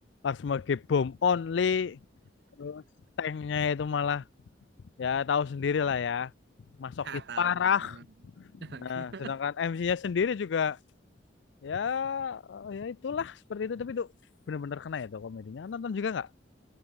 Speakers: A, on the left; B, on the right.
A: Arsmage Bomb Only, terus tanknya itu malah ya tahu sendiri lah ya. Masokis
B: ah tahu
A: parah.
B: bang <laughs>
A: Nah, sedangkan MC-nya sendiri juga ya eh, ya itulah seperti itu tapi itu bener-bener kena ya tuh komedinya Ah, nonton juga nggak